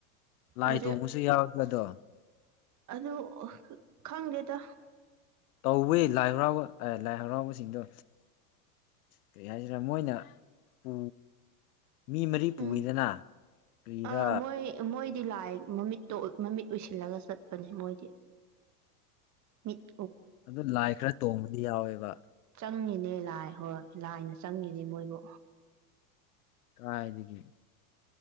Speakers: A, on the left; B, on the right.
A: ꯂꯥꯏ
B: ꯍꯧꯖꯤꯛ
A: ꯊꯣꯡꯕꯁꯨ ꯌꯥꯎꯔꯛꯄꯗꯣ
B: ꯑꯗꯨ ꯈꯪꯗꯦꯗ
A: ꯇꯧꯋꯦ ꯂꯥꯏ ꯍꯔꯥꯎꯕ ꯂꯥꯏ ꯍꯔꯥꯎꯕꯁꯤꯡꯗꯣ ꯀꯔꯤ ꯍꯥꯏꯁꯤꯔꯥ ꯃꯣꯏꯅ ꯄꯨ ꯃꯤ ꯃꯔꯤ ꯄꯨꯢꯗꯅ
B: ꯎꯝ
A: ꯀꯔꯤꯔ
B: ꯑꯥ ꯃꯣꯏ ꯃꯣꯏꯗꯤ ꯂꯥꯏ ꯃꯃꯤꯠꯇꯣ ꯃꯃꯤꯠ ꯎꯏꯁꯤꯜꯂꯒ ꯆꯠꯄꯅꯦ ꯃꯣꯏꯗꯤ ꯍ <inaudible>
A: ꯑꯗꯨ ꯂꯥꯏ ꯈꯔ ꯇꯣꯡꯕꯗꯤ ꯌꯥꯎꯋꯦꯕ
B: ꯆꯪꯉꯤꯅꯦ ꯂꯥꯏ ꯍꯣꯏ ꯂꯥꯏꯅ ꯆꯪꯉꯤꯅꯦ ꯃꯣꯏꯕꯨ
A: ꯀꯗꯥꯢꯗꯒꯤ